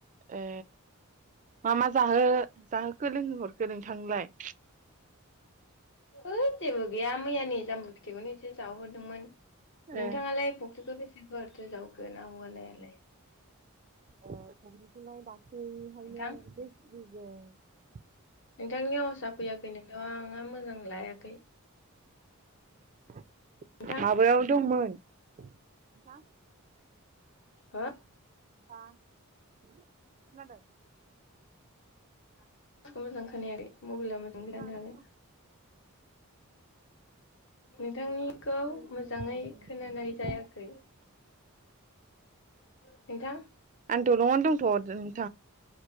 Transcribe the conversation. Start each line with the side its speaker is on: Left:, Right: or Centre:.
Right: ए मा मा जाहो जाहोखो लोंहोहरखो नों थांलाय
Left: ओद जेबो गैया मैयानि जाम्बु फिथिाइखौनो एसे जाहोहरदोंमोन नोंथाङालाय
Right: ए
Left: फ ख्रिखो बेसे गुवारथो जावखो ना हगारनायालाय
Right: ओ <unintelligible> दा खैहायनो
Left: नोंथां
Right: <inaudible> <unintelligible>
Left: नोंथांनि आवासा फैयाखै नोंथांआ मोजां लायाखै
Right: <inaudible>
Left: नोंथां
Right: माबायाव दंमोन नोथां
Left: हो
Right: <inaudible> खोनादों
Left: <inaudible> मोजां खोनायाखै मबेला <inaudible>
Right: खोनादों
Left: लानो हागोन नोंथांनिखौ
Right: आंनिखौ
Left: मोजाङै
Right: मोजां लादों नोंथां
Left: खोनानाय जायाखै नोंथां
Right: <unintelligible>